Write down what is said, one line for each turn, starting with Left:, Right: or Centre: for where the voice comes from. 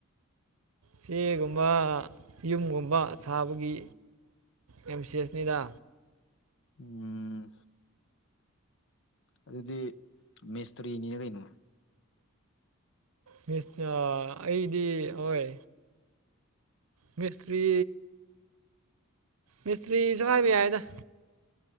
Right: ꯆꯦꯒꯨꯝꯕ ꯌꯨꯝꯒꯨꯝꯕ ꯁꯥꯕꯒꯤ ꯑꯦꯝ ꯁꯤ ꯑꯦꯁꯅꯤꯗ
Left: ꯎꯝ ꯑꯗꯨꯗꯤ ꯃꯦꯁꯇꯔꯤꯅꯤꯅ ꯀꯩꯅꯣ
Right: ꯃꯤꯁ ꯑꯩꯗꯤ ꯍꯣꯏ ꯃꯤꯁꯇ꯭ꯔꯤ ꯃꯤꯁꯇ꯭ꯔꯤꯁꯨ ꯍꯥꯏꯕ ꯌꯥꯏꯗ